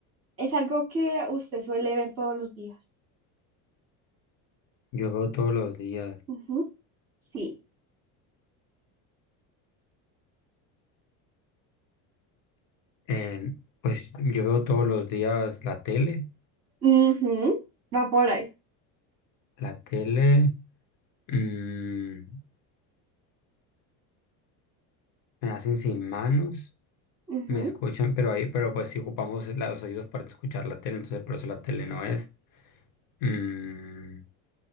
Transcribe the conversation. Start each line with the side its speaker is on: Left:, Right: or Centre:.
Right: es algo que usted suele ver todos los días.
Left: Yo veo todos los días.
Right: Ujú. Sí.
Left: En- pues yo veo todos los días la tele.
Right: Ujú. Va por ahí.
Left: La tele mm, me hacen sin manos,
Right: Ujú.
Left: me escuchan, pero ahí, pero pues si ocupamos la- los oídos para escuchar la tele, entonces por eso la tele no es. Mm,